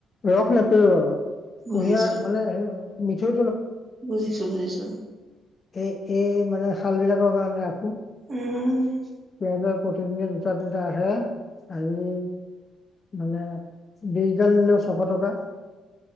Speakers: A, on the left (about 35°); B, on the right (about 35°).
A: ৰস নেপেৰো আৰু।
B: বুজিছো,
A: কুঁহিয়াৰ মানে হে মিঠৈ
B: বুজিছো, বুজিছো।
A: এই, এই মানে শাল বিলাকৰ কাৰণে ৰা
B: উম্। <inaudible>
A: এতিয়া প্ৰতিদিনে দুটা, তিনটা আহে, আজি মানে বিছ ডাল নিলেও ছশ টকা,